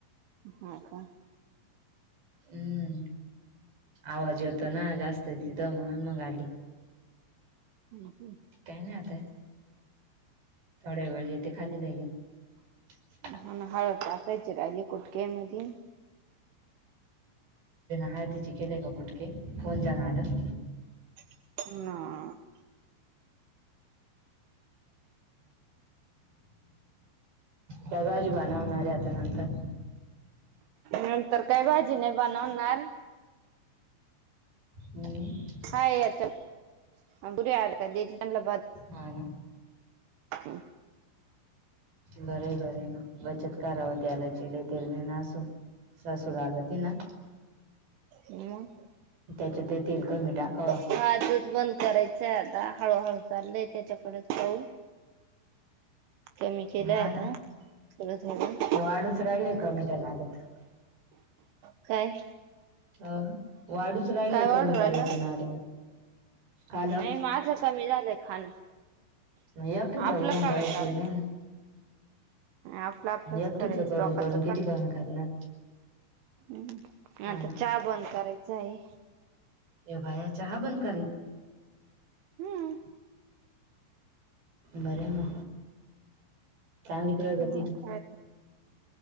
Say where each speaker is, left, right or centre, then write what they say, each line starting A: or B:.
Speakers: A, on the right; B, on the right.
A: हा का?
B: हम्म.. आवाज यतो ना जास्त तिथं म्हणून मग आली.
A: हम् ह् <unintelligible>
B: काही नाही आता. थोड वेळ येते. खाली नाही घेत.
A: ह हळद टाकायची राहिली कुटक्या मध <unintelligible>
B: ह तिचे केलेय का कुठके फोन नादाडत
A: ह
B: प्रगज बनव ना र आता नंतर
A: नंतर काय भाजी नाही बनवणार
B: हम्म
A: हा यांच्यात देते त्यांना
B: हा ना
A: ह्
B: बर बर बचत करावी तेलाची तेल नाय नसू सासू रागवती ना
A: हम
B: त्याच्यात तेल कमी टाकावा
A: हाजच बंद करायचंय आता हळूहळू चाललय त्याच्याकडेच पाऊल कमी केलं.
B: हा
A: आता
B: ना
A: थोडं झालं
B: ते वाढच राहिलय कमी करणारच्या नादात
A: काय
B: ह वाढूच राहिलय
A: काय वाढू
B: कमी
A: राहिलं
B: करायच नादात खाणं
A: नाही माझं कमी झालंय खाणं
B: नाही एकटीच
A: आपलं
B: होऊन
A: कमी
B: काय उपयोग
A: करायचं
B: नाही ना
A: आपलं आपलंच
B: एकटीच
A: करायचं
B: करून
A: लोकांच
B: करून किती करून करणार
A: हम्म
B: हा
A: आता
B: ना
A: चहा बंद करायचं आहे
B: ए बाया चहा बंद करायची
A: हम्म
B: बरे म चांगली प्रगती
A: हा काय